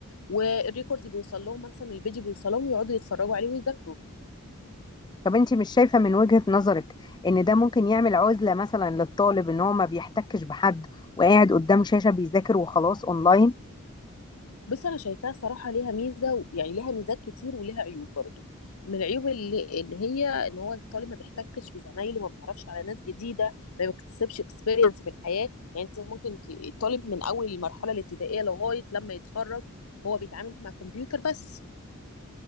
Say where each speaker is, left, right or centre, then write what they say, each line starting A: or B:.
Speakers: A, on the left; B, on the left.
A: والريكورد بيوصل لهم مثلا الفيديو بيوصل لهم ويقعدوا يتفرجوا عليه ويذاكروا
B: طب انت مش شايفة من وجهة نظرك ان ده ممكن يعمل عزلة مثلا للطالب ان هو ما بيحتكش بحد وقاعد قدام شاشة بيذاكر وخلاص اونلاين
A: بص انا شايفاها صراحه ليها ميزه يعني ليها ميزات كتير وليها عيوب برضو من العيوب اللي, اللي هي ان هو الطالب ما بيحتكش بزمايله ما بيتعرفش على ناس جديده ما بيكتسبش اكسبيرينس في الحياه يعني انت ممكن ت- الطالب من اول المرحله الابتدائيه لغايه لما يتخرج هو بيتعامل مع كمبيوتر بس